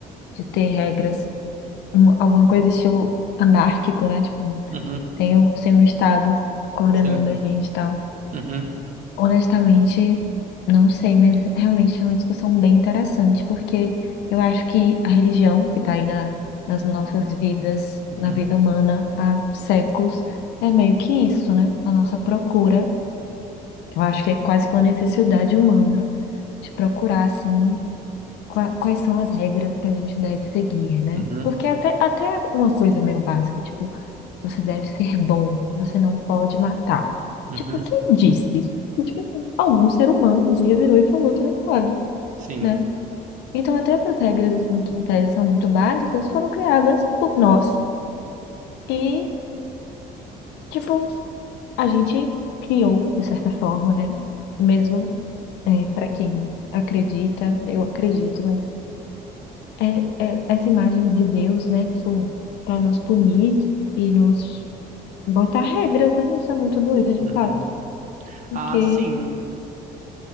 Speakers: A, on the left (about 85°); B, on the right (about 50°).
A: de ter regras, um- alguma coisa estilo anárquico, né? Tipo,
B: Uhum,
A: sem o, sem o Estado coordenando
B: sim.
A: a gente e tal.
B: Uhum,
A: Honestamente, não sei, mas realmente é uma discussão bem interessante, porque eu acho que a religião que está aí na- nas nossas vidas,
B: uhum,
A: na vida humana há séculos, é meio que isso, né? A nossa procura. Eu acho que é quase que uma necessidade humana de procurar, assim, qua- quais são as regras que a gente deve seguir, né?
B: uhum,
A: Porque até, até é uma coisa meio básica, tipo, você deve ser bom, você não pode matar.
B: uhum,
A: Tipo, quem disse? E, tipo assim, algum ser humano um dia virou e falou que não pode,
B: sim.
A: né? Então, até essas regras, assim, que em tese são muito básicas, foram criadas por nós e, tipo, a gente criou, de certa forma, né? Mesmo é, para quem acredita, eu acredito, mas é, é essa imagem de Deus, né? Tipo, para nos punir e nos botar regras, né? Isso é muito doido, de
B: Uhum.
A: fato, porque
B: Ah, sim.